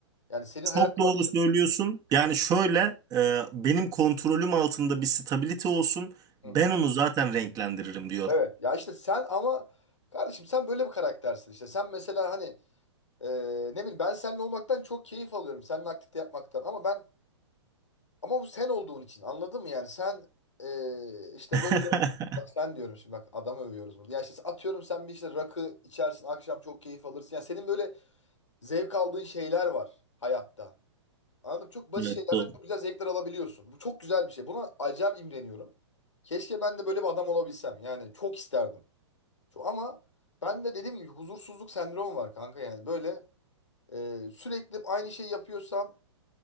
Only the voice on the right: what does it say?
Çok doğru
söylüyorsun. Yani şöyle e, benim kontrolüm altında bir stability olsun.
Ben
onu zaten renklendiririm diyorum.
<laughs>
Evet,
doğru.